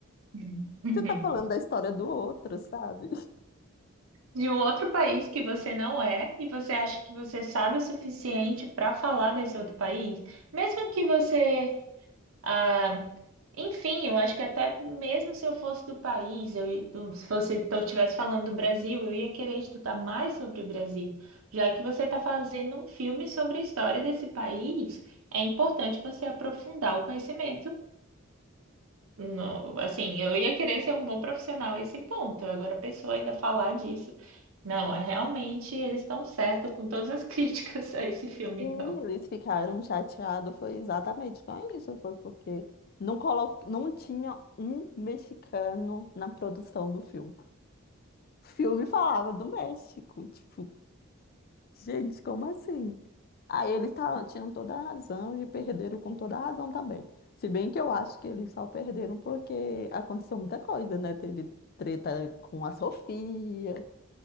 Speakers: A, on the right; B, on the left.
A: Uhum. Uhum.
B: você tá falando da história do outro, sabe?
A: De um outro país que você não é e você acha que você sabe o suficiente para falar desse outro país, mesmo que você, ah, enfim, eu acho que até mesmo se eu fosse do país, eu, do- se você estivesse falando do Brasil, eu ia querer estudar mais sobre o Brasil, já que você está fazendo um filme sobre a história desse país, é importante você aprofundar o conhecimento Não, assim, eu ia querer ser um bom profissional a esse ponto. Agora, a pessoa ainda falar disso. Não, é realmente eles estão certos com todas as <laughs> críticas a esse filme,
B: Sim,
A: então.
B: eles ficaram chateados, foi exatamente com isso, foi porque não, colo... não tinha um mexicano na produção do filme. O filme falava do México, tipo, gente, como assim? Aí eles ta- tinham toda a razão e perderam com toda a razão também. Se bem que eu acho que eles só perderam porque aconteceu muita coisa, né? Teve treta com a Sofia,